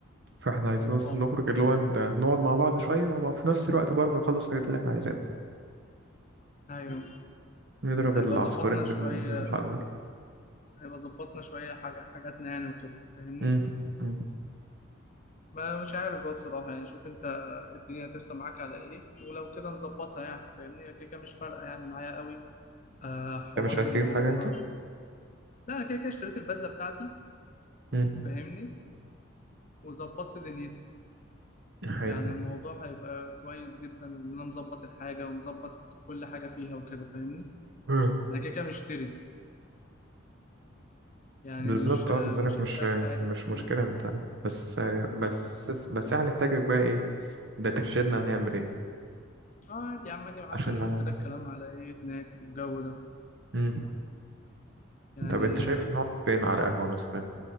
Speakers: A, on the right (about 55°); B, on the left (about 40°).
A: فاحنا عايزين اصلا
B: اه
A: نخرج اللي هو ن- نقعد مع بعض شوية وفي نفس الوقت برضه نخلص الحاجات اللي احنا عايزينها
B: ايوه
A: نضرب
B: هيبقى
A: العصفورين
B: ظبطنا شوية
A: بين بين الحجر
B: هيبقى ظبطنا شوية حاجة حاجاتنا يعني وكده فاهمني
A: مم. مم.
B: ما مش عارف بقى بصراحة يعني شوف انت الدنيا هترسم معاك على ايه ولو كده نظبطها يعني فاهمني هي كده كده مش فارقة يعني معايا قوي آه حوار
A: انت مش عايز
B: ان
A: تجيب
B: هو
A: حاجة انت
B: لا أنا كده كده اشتريت البدلة بتاعتي
A: مم.
B: فاهمني وظبطت دنيتي
A: حلو
B: يعني الموضوع هيبقى كويس جدا ان انا مظبط الحاجة ومظبط كل حاجة فيها وكده فاهمني
A: مم.
B: انا كده كده مشتري يعني
A: بالظبط
B: مش
A: اه بالنسبة لك
B: مش
A: مش
B: هحتاج حاجة
A: مش
B: فاهمني
A: مشكلة انت بس بس بس احنا هنحتاجك بقى ايه ده ترشدنا هنعمل ايه
B: اه عادي يا عم اجي معاكم
A: عشان
B: نشوف
A: لا...
B: كده الكلام على ايه هناك والجو ده
A: مم.
B: يعني
A: طب انت شايف نقعد فين على قهوة مثلا